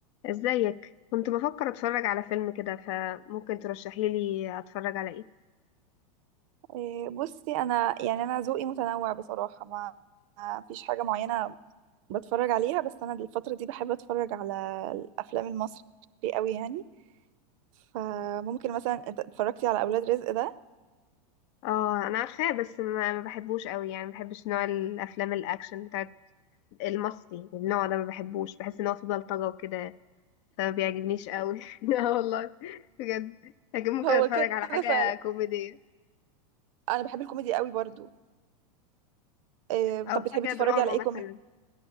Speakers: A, on the left (about 45°); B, on the right (about 50°).
A: ازيك كنت بفكر اتفرج على فيلم كده فممكن ترشحي لي اتفرج على ايه
B: إيه، بصي انا يعني انا ذوقي متنوع بصراحه ما ما فيش حاجه معينه بتفرج عليها بس انا الفتره دي بحب اتفرج على الافلام المصري قوي يعني فممكن مثلا ات- اتفرجتي على اولاد رزق ده
A: اه انا عارفاه بس ما, ما بحبوش قوي يعني ما بحبش نوع الافلام الاكشن بتاعت المصري النوع ده ما بحبوش بحس ان هو فيه بلطجة وكده فما بيعجبنيش قوي <laughs> اه والله بجد لكن ممكن
B: هو
A: اتفرج
B: كده
A: على حاجة
B: فعلا
A: كوميدية
B: انا بحب الكوميدي قوي برضو إيه،
A: او
B: طب بتحبي
A: حاجة
B: تتفرجي
A: دراما
B: على ايه
A: مثلا
B: كوميدي